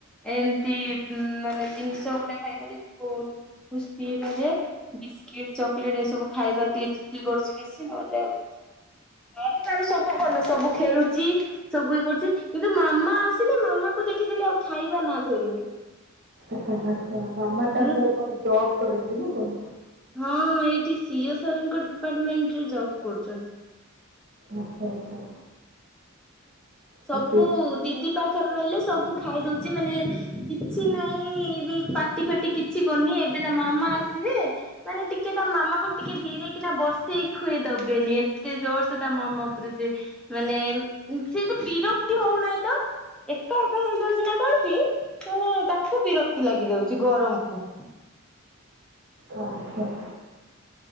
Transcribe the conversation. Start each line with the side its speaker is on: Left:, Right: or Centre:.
Centre: ଏମତି ଉଁ ମାନେ ଜିନିଷ ଗୋଟେ ଖାଇବାରେ ବହୁତ୍ <unintelligible> ହେଇପାରେ। ବିସ୍କିଟ ଚକଲେଟ ଏସବୁ ଖାଇବାର ଟିକେ ଜିତି କରୁଛି ବେଶି ନହେଲେ ଆଉ ନହେଲେ ତାର ସବୁ ଭଲ ସବୁ ଖେଳୁଚି ସବୁ ଇଏ କରୁଛି କିନ୍ତୁ ମାମା ଆସିଲେ ମାମା କୁ ଦେଖିଦେଲେ ଆଉ ଖାଇବା ନା ଧରୁନି।
Right: ଆଚ୍ଛା ଆଚ୍ଛା ମାମା ତାଙ୍କର
Centre: ମୁଁ
Right: କଣ ଜବ୍ କରନ୍ତି ନା କଣ?
Centre: ହଁ ଏଇଠି ସିଏସ୍ ଆରଙ୍କ ଡିପାର୍ଟମେଣ୍ଟ ରେ ଜବ୍ କରୁଛନ୍ତି।
Right: ଆଚ୍ଛା ଆଚ୍ଛା।
Centre: ସବୁ
Right: ଆଉ ସେ
Centre: ଦିଦି ପାଖରେ ରହିଲେ ସବୁ ଖାଇ ଦେଉଛି ମାନେ କିଛି ନାହିଁ ବି ଫିଟି ଫାଟି କିଛି କରୁନି ଏବେ ତା ମାମା ଆସିବେ ମାନେ ଟିକେ ତା ମାମା କୁ ଟିକେ ଧୀରେ କିନା ବସେଇ ଖୁଏଇ ଦେବେନି ଏତେ ଜୋର ସେ ତା ମାମା ଉପରେ ସେ ମାନେ ସେ ତ ବିରକ୍ତି ହେଉନାହିଁ ତ। ଏକା ଏକା ହେଇଯାଉଛି ନା କଣ କି ମାନେ ତାକୁ ବିରକ୍ତି ଲାଗି ଯାଉଛି ଗରମକୁ।
Right: ଆଚ୍ଛା।